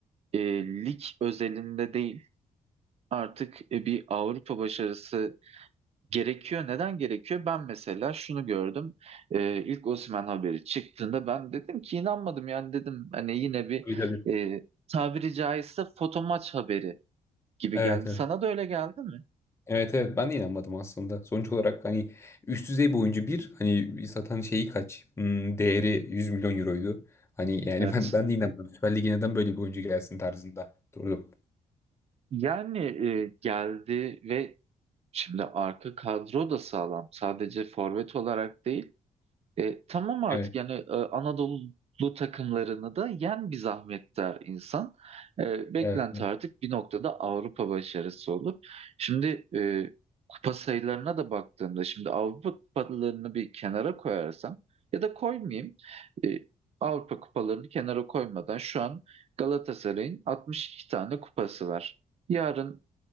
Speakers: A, on the right; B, on the left.
A: e, lig özelinde değil artık e, bir Avrupa başarısı Gerekiyor. Neden gerekiyor? Ben mesela şunu gördüm. Ee, ilk Osimhen haberi çıktığında ben dedim ki inanmadım yani dedim hani yine bir
B: Tabii tabii.
A: e, tabiri caizse foto maç haberi gibi
B: Evet
A: geldi.
B: evet.
A: Sana da öyle geldi mi?
B: Evet evet ben de inanmadım aslında. Sonuç olarak hani üst düzey bir oyuncu bir hani zaten şeyi kaç Hmm, değeri 100 milyon euroydu. Hani yani
A: Evet.
B: ben ben de inanmadım. Süper Lig'e neden böyle bir oyuncu gelsin tarzında durdum.
A: Yani e, geldi ve şimdi arka kadro da sağlam. Sadece forvet olarak değil. E, tamam artık
B: Evet
A: yani e, Anadolu takımlarını da yen bir zahmet der insan. E, beklenti
B: evet evet
A: artık bir noktada Avrupa başarısı olur. Şimdi e, kupa sayılarına da baktığımda şimdi Avrupa kupalarını bir kenara koyarsam ya da koymayayım. E, Avrupa kupalarını kenara koymadan şu an Galatasaray'ın 62 tane kupası var. Yarın